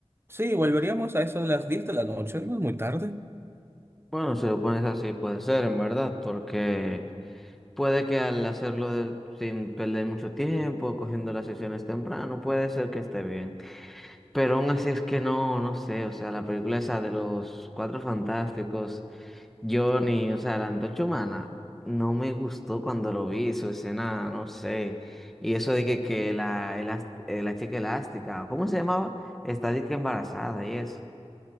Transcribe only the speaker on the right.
sí, volveríamos a eso de las 10 de la noche, no es muy tarde.